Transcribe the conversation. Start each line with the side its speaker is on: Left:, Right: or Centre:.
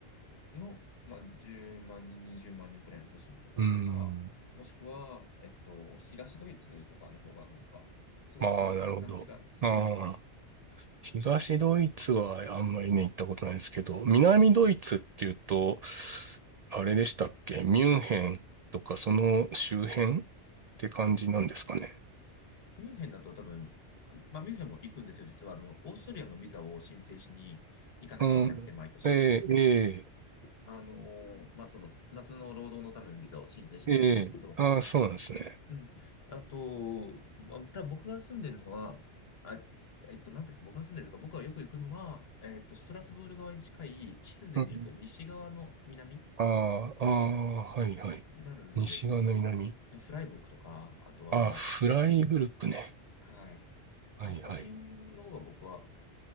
Left: の、まあ、10万人、20万人くらいの都市のところとか、
Right: うん。
Left: もしくは、えっと、東ドイツとかの方がなんか、すごく素朴な感じがしていいですね。
Right: まあ、なるほど。ああ。東ドイツはあんまりね、行ったことないですけど、南ドイツっていうと、あれでしたっけミュンヘンとかその周辺って感じなんですかね。
Left: ミュンヘンだと多分、あまあ、ミュンヘンも行くんですよ、実は。あの、オーストリアのビザを申請しに行かなきゃいけなくて、
Right: うん。
Left: 毎年。
Right: ええ、
Left: あのーまあ、その、夏の労働のためのビザを申請しに行くんですけど。
Right: ええ、ええ。ああ、そうなんですね。
Left: うん。あと、まあ、多分僕が住んでるのは、あ、えっと、なんていうんですか、僕が住んでるとか、僕がよく行くのは、えっと、ストラスブール側に近い、地図で見ると西側の南
Right: うん。ああ、ああ、はいはい。
Left: になるんですけど、
Right: 西側の南。
Left: フライブルクとか、あとは、
Right: ああ、フライブルクね。
Left: はい。
Right: はいはい。
Left: あそこら辺の方が僕は